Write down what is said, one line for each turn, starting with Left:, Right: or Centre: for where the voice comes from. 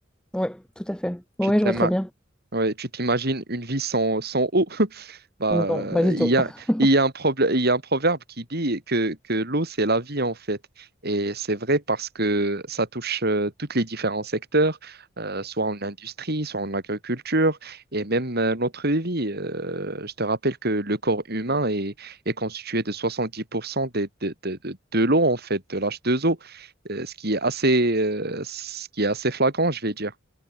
Centre: Oui, tout à fait. Oui,
Right: Tu t'es
Centre: je vois très bien.
Right: Ouais, tu t'imagines une vie sans, sans eau. <laughs> Bah,
Centre: Non, pas du
Right: il
Centre: tout.
Right: y a,
Centre: <laughs>
Right: il y a un problème, il y a un proverbe qui dit que, que l'eau, c'est la vie, en fait. Et c'est vrai parce que ça touche euh, tous les différents secteurs, euh, soit en industrie, soit en agriculture, et même euh, notre vie. Euh, je te rappelle que le corps humain est, est constitué de 70% des, de, de, de, de l'eau, en fait, de l'H2O, euh, ce qui est assez, euh, ce qui est assez flagrant, je vais dire.